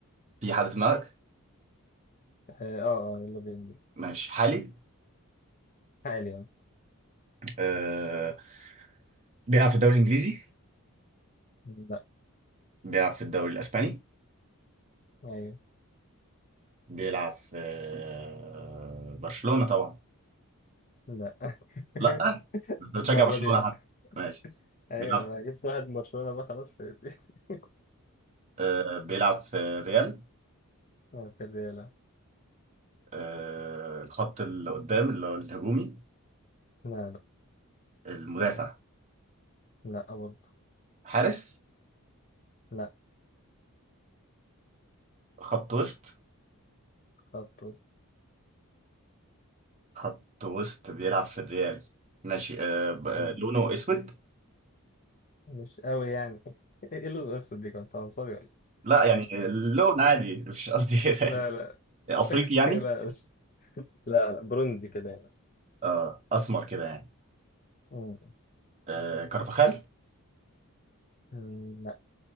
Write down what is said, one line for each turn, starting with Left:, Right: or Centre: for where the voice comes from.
Right: في حد في دماغك
Left: اه اه آه، يلا بينا
Right: ماشي حالي
Left: حالي اه
Right: أه... بيلعب في الدوري الانجليزي
Left: لا
Right: بيلعب في الدوري الاسباني
Left: ايوه
Right: بيلعب في آه، برشلونه طبعا
Left: لا <laughs>
Right: لا انت بتشجع
Left: المرة
Right: برشلونه
Left: دي لا
Right: حد ماشي
Left: ايوه
Right: بيلعب
Left: انا جبت واحد من برشلونة بقى خلاص سياسي <laughs>
Right: آه، بيلعب في ريال
Left: اه في الريال اه.
Right: آه، الخط اللي قدام اللي هو الهجومي
Left: لا لا
Right: المدافع
Left: لا برضه
Right: حارس
Left: لا
Right: خط وسط
Left: خط وسط
Right: خط وسط بيلعب في الريال ماشي آه ب- آه،
Left: مم.
Right: لونه اسود
Left: مش قوي يعني <laughs> ايه اللون الاسود دي كنت عنصري ولا إيه؟
Right: لا يعني لون عادي <laughs> مش قصدي كده
Left: لا
Right: يعني.
Left: لا
Right: افريقي يعني
Left: <laughs> لا بس لا لا برونزي كده يعني
Right: اه اسمر كده يعني
Left: مم.
Right: آه كارفاخال
Left: مم.